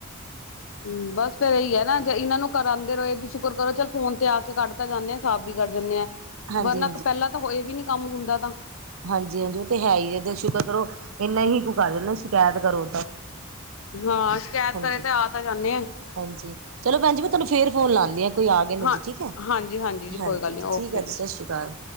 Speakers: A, on the left; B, on the right.
A: ਹੂੰ ਬਸ ਫੇਰ ਏਹੀ ਏ ਨਾ ਜੇ ਏਨਾ ਨੂੰ ਕਰਾਂਦੇ ਰਏ ਵੀ ਸ਼ੁਕਰ ਕਰੋ ਚੱਲ ਫੋਨ ਤੇ ਆ ਕੇ ਕੱਢ ਤਾਂ ਜਾਨੇ ਆ ਸਾਫ਼ ਵੀ ਕਰ ਜਾਨੇ ਆ,
B: ਹਾਂਜੀ
A: ਵਰਨਾ ਪੈਲਾ ਤਾਂ ਏ ਵੀ ਨੀ ਕਮ ਹੁੰਦਾ ਤਾਂ
B: ਹਾਂਜੀ-ਹਾਂਜੀ ੳ ਤੇ ਹੈ ਈ ਏ, ਤੇ ਸੂਕਰ ਕਰੋ ਏਨਾ ਈ ਹੀ ਕੁ ਕਰ ਜਾਂਦੇ ਨੇ, ਸ਼ਿਕੈਤ ਕਰੋ ਤਾਂ।
A: ਹਾਂ ਸ਼ਕੈਤ
B: ਹਾਂਜੀ।
A: ਕਰੇ ਤੇ ਆ ਤਾਂ ਜਾਨੇ ਏ।
B: ਹਾਂਜੀ। ਚਲੋ ਭੈਣਜੀ, ਮੈਂ ਤਾਨੂੰ ਫੇਰ ਫੋਨ ਲਾਂਦੀ ਆ। ਕੋਈ ਆ ਗਏ ਨੇ
A: ਹਾਂ
B: ਜੀ, ਠੀਕ ਏ।
A: ਹਾਂਜੀ ਜੀ
B: ਹਾਂਜੀ
A: ਕੋਈ ਗੱਲ ਨਹੀਂ ਓਕੇ
B: ਠੀਕ ਏ ਜੀ। ਸਤਿ ਸ਼੍ਰੀ ਅਕਾਲ।